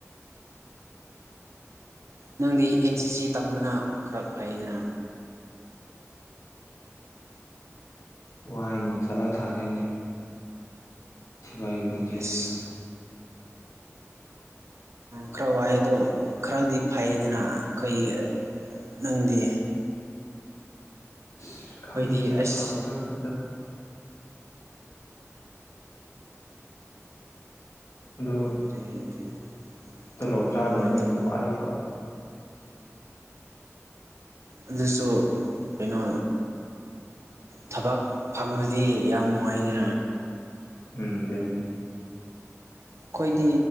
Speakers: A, on the right; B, on the left.
A: ꯅꯪꯗꯤ ꯑꯦꯟ ꯁꯤ ꯁꯤ ꯇꯝꯕꯅ ꯈꯔ ꯐꯩꯗꯅ
B: ꯋꯥꯏꯅꯦ ꯁꯂꯥꯛ ꯁꯥꯔꯦꯅꯦ ꯁꯤꯐꯥꯏꯒꯤ ꯄꯨꯟꯁꯤꯁꯤꯁꯨ
A: ꯑꯁ ꯈꯔ ꯋꯥꯏ ꯑꯗꯣ ꯈꯔꯗꯤ ꯐꯩꯗꯅ ꯑꯩꯈꯣꯏ ꯅꯪꯗꯤ
B: ꯑꯁ
A: ꯑꯩꯈꯣꯏꯗꯤ
B: ꯈꯪꯗꯦꯗ
A: ꯑꯁ
B: ꯐꯕ꯭ꯔ ꯐꯠꯇꯕ꯭ꯔ <inaudible> ꯑꯗꯣ
A: <unintelligible>
B: ꯇꯣꯂꯣꯞ ꯆꯥꯗꯕꯅꯤꯅ
A: ꯀꯃꯥꯏꯅ ꯇꯧ
B: ꯋꯥꯏꯕ
A: ꯑꯗꯨꯁꯨ ꯀꯩꯅꯣ ꯊꯕꯛ ꯐꯪꯕꯗꯤ ꯌꯥꯝ ꯅꯨꯡꯉꯥꯏꯌꯦ
B: ꯎꯝ ꯑꯗꯨꯅꯦ
A: ꯑꯩꯈꯣꯏꯗꯤ